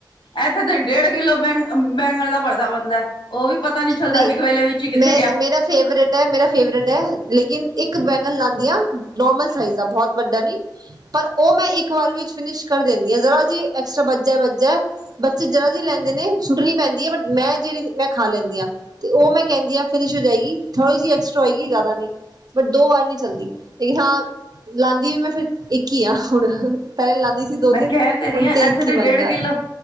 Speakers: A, on the left; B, on the right.
A: ਇੱਥੇ ਤੇ ਡੇਢ ਕਿਲੋ ਬੈਂ ਬੈਂਗਣ ਦਾ ਪਰਥਾ ਬਣਦਾ। ਉਹ ਵੀ ਪਤਾ ਨੀ ਚੱਲਦਾ
B: ਨਹੀਂ
A: ਹਿਕ ਵੇਲੇ ਵਿੱਚ ਹੀ ਕਿੱਥੇ
B: ਮੈਂ
A: ਗਿਆ।
B: ਮੇਰਾ ਫੇਵਰੇਟ ਮੇਰਾ ਫੇਵਰੇਟ ਹੈ ਲੇਕਿਨ ਇੱਕ ਬੈਗਲ ਲੱਗ ਗਿਆ ਨੋਮਲ ਸਾਈਜ਼ ਆ ਬਹੁਤ ਵੱਡਾ ਨਹੀਂ ਪਰ ਉਹ ਮੈਂ ਇੱਕ ਵਾਰ ਵਿਚ ਫਿਨਿਸ਼ ਕਰ ਦਿੰਦੀ ਹਾਂ ਜ਼ਰਾ ਜੀ, ਐਕਸਟ ਬਚ ਵੱਜਾ ਬੱਚੇ ਜਰਾ ਹੀ ਲੈਂਦੇ ਨੇ ਸੁੱਟਨੀ ਪੈਂਦੀ ਹੈ ਬਟ ਮੈਂ ਜਿਹੜੀ ਮੈਂ ਖਾ ਲੈਂਦੀ ਆ ਤੇ ਉਹ ਮੈਂ ਕਹਿੰਦੀ ਆ ਫਿਸ਼ ਹੋ ਜਾਏਗੀ ਥੋੜੀ ਜਿਹੀ ਐਕਸਟਰਾ ਹੋਏਗੀ ਜ਼ਿਆਦਾ ਨੀ ਪਰ ਦੋ ਵਾਰ ਨਹੀਂ ਚੱਲਦੀ ਤੇ ਹਾਂ। ਲਾਂਦੀ ਵੀ ਮੈਂ ਫਿਰ ਇੱਕ ਹੀ ਆ ਹੁਣ ਪਹਿਲੇ ਲਾਂਦੀ। ਸੀ ਦੋ
A: ਮੈਂ
B: ਤਿੰਨ
A: ਕਹਿ ਤਾਂ ਰਹੀ
B: ਹੁਣ
A: ਆ ਇੱਥੇ
B: ਇੱਕ
A: ਤੇ
B: ਹੀ ਬਣਦਾ
A: ਡੇਢ ਕਿਲੋ